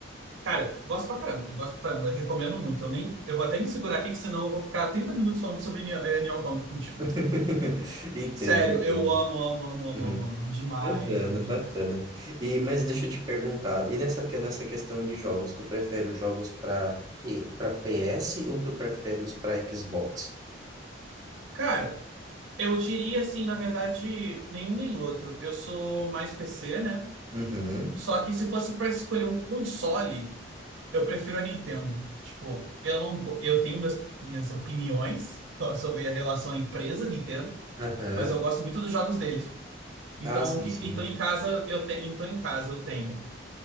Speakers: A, on the right; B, on the right.
A: Cara, gosto pra caramba, gosto pra caramba, recomendo muito. Eu nem, eu vou até me segurar aqui, que senão eu vou ficar 30 minutos falando sobre Nier eh, Nier Automata contigo.
B: <laughs> Entendo,
A: Sério,
B: entendo.
A: eu amo, amo, amo, amo,
B: Uhum.
A: amo, amo demais,
B: Bacana,
A: amo
B: bacana.
A: demais.
B: E, mas deixa eu te perguntar, e nessa, que- nessa questão de jogos, tu prefere os jogos para para PS ou tu prefere os para Xbox?
A: Cara, eu diria assim, na verdade, nenhum nem outro. Eu sou mais PC, né?
B: Uhum,
A: Só que se fosse pra escolher um console, eu prefiro a Nintendo. Tipo, eu não, go- eu tenho meus, minhas opiniões sobre a relação à empresa Nintendo,
B: aham.
A: mas eu gosto muito dos jogos dele. Então,
B: Ah, sim,
A: o que,
B: sim.
A: então em casa eu te, então em casa eu tenho